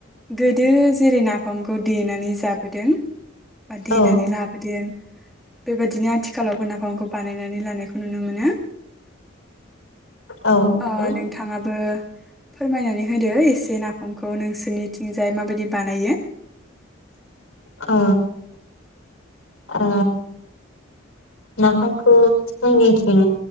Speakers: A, in the centre; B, on the left.
A: गोदो जेरै नाफामखौ देनानै जाबोदों बा
B: औ
A: देनानै लाबोदों बेबायदिनो आथिखालावबो नाफ फामखौ बानायनानै लानायखौ नुनो मोनो।
B: औ नंगौ
A: ओ नोंथाङाबो फोरमायनानै होदो एसे नाफामखौ नोंसोरनिथिंजाय माबायदि बानायो?
B: अ अ नाफामखौ जोंनिथिं